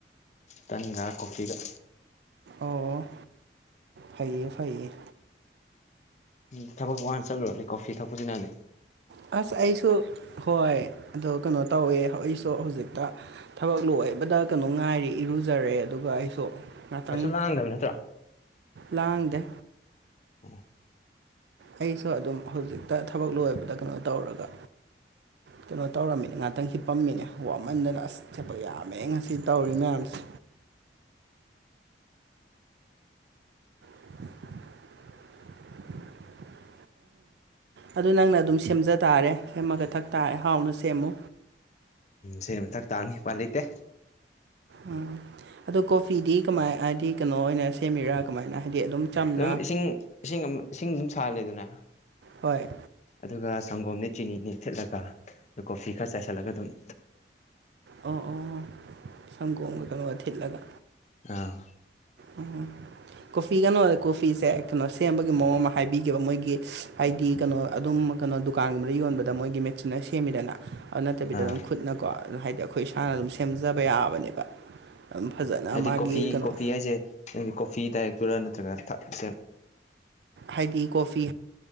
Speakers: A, on the left; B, on the right.
A: ꯇꯟꯒ ꯀꯣꯐꯤꯒ
B: ꯑꯣ ꯐꯩꯌꯦ ꯐꯩꯌꯦ
A: ꯎꯝ ꯊꯕꯛ ꯋꯥꯟ ꯆꯠꯂꯨꯔꯗꯤ ꯀꯣꯐꯤ ꯊꯛꯄꯁꯤꯅꯥꯗꯤ
B: ꯑꯁ ꯑꯩꯁꯨ ꯍꯣꯏ ꯑꯣ ꯀꯩꯅꯣ ꯇꯧꯋꯦ ꯑꯩꯁꯨ ꯍꯧꯖꯤꯛꯇ ꯊꯕꯛ ꯂꯣꯏꯕꯗ ꯀꯩꯅꯣ ꯉꯥꯏꯔꯦ ꯏꯔꯨꯖꯔꯦ ꯑꯗꯨꯒ ꯑꯩꯁꯨ ꯉꯥꯛꯇꯪ
A: ꯀꯩꯁꯨ ꯂꯥꯡꯗꯕ ꯅꯠꯇ꯭ꯔꯣ
B: ꯂꯥꯡꯗꯦ
A: ꯎꯝ
B: ꯑꯩꯁꯨ ꯑꯗꯨꯝ ꯍꯧꯖꯤꯛꯇ ꯊꯕꯛ ꯂꯣꯏꯕꯗ ꯀꯩꯅꯣ ꯇꯧꯔꯒ ꯀꯩꯅꯣ ꯇꯧꯔꯝꯃꯤꯅꯦ ꯉꯥꯛꯇꯪ ꯁꯦꯠꯄꯝꯃꯤꯅꯦ ꯋꯥꯃꯟꯗꯅ ꯑꯁ ꯁꯦꯠꯄ ꯌꯥꯝꯃꯦ ꯉꯁꯤ ꯇꯧꯔꯤ ꯃꯌꯥꯝꯁꯦ <inaudible> ꯑꯗꯨ ꯅꯪꯅ ꯑꯗꯨꯝ ꯁꯦꯝꯖ ꯇꯥꯔꯦ ꯁꯦꯝꯃꯒ ꯊꯛ ꯇꯥꯔꯦ ꯍꯥꯎꯅ ꯁꯦꯝꯃꯨ
A: ꯁꯤ ꯃꯊꯛ ꯇꯥꯡꯅꯤ ꯍꯄꯥꯜ ꯂꯩꯇꯦ
B: ꯎꯝ ꯑꯗꯨꯣ ꯀꯣꯐꯤꯗꯤ ꯀꯃꯥꯏ ꯍꯥꯏꯗꯤ ꯀꯩꯅꯣ ꯑꯣꯏꯅ ꯁꯦꯝꯃꯤꯔꯥ ꯀꯃꯥꯏꯅ ꯍꯥꯏꯗꯤ ꯑꯗꯨꯝ ꯆꯝꯅ
A: ꯑꯗꯨꯝ ꯏꯁꯤꯡ ꯏꯁꯤꯡ ꯏꯁꯤꯡ ꯁꯨꯝ ꯁꯥꯍꯜꯂꯦ ꯑꯗꯨꯅ
B: ꯍꯣꯏ
A: ꯑꯗꯨꯒ ꯁꯪꯒꯣꯝꯅꯦ ꯆꯤꯅꯤꯅꯦ ꯊꯤꯠꯂꯒ ꯑ ꯀꯣꯐꯤ ꯈꯔ ꯆꯥꯏꯁꯤꯜꯂꯒ ꯑꯗꯨꯝꯛ
B: ꯑꯣ ꯑꯣ ꯁꯪꯒꯣꯝꯒ ꯀꯩꯅꯣꯒ ꯊꯤꯠꯂꯒ
A: ꯑꯥ
B: ꯎꯝ ꯀꯣꯐꯤ ꯀꯩꯅꯣꯗ ꯀꯣꯐꯤꯁꯦ ꯀꯩꯅꯣ ꯁꯦꯝꯕꯒꯤ ꯃꯑꯣꯡ ꯑꯃ ꯍꯥꯏꯕꯤꯈꯤꯕ ꯃꯣꯏꯒꯤ ꯍꯥꯏꯗꯤ ꯀꯩꯅꯣ ꯑꯗꯨꯝ ꯀꯩꯅꯣ ꯗꯨꯀꯥꯟꯒꯨꯝꯕꯗ ꯌꯣꯟꯕꯗ ꯃꯣꯏꯒꯤ ꯃꯦꯆꯤꯟꯅ ꯁꯦꯝꯃꯤꯗꯅ ꯑꯗꯨ ꯅꯠꯇꯕꯤꯗ
A: ꯑꯥ
B: ꯑꯗꯨꯝ ꯈꯨꯠꯅꯀꯣ ꯑꯗꯨ ꯍꯥꯏꯗꯤ ꯑꯩꯈꯣꯏ ꯏꯁꯥꯅ ꯑꯗꯨꯝ ꯁꯦꯝꯖꯕ ꯌꯥꯕꯅꯦꯕ ꯑꯗꯨꯝ ꯐꯖꯅ
A: ꯍꯥꯏꯗꯤ
B: ꯃꯥꯒꯤ
A: ꯀꯣꯐꯤ
B: ꯀꯩꯅꯣ
A: ꯀꯣꯐꯤ ꯍꯥꯏꯁꯦ ꯅꯒꯤ ꯀꯣꯐꯤ ꯗꯥꯏꯔꯦꯛꯇꯔꯥ ꯅꯠꯇ꯭ꯔꯒꯁꯦ
B: ꯍꯥꯏꯗꯤ ꯀꯣꯐꯤ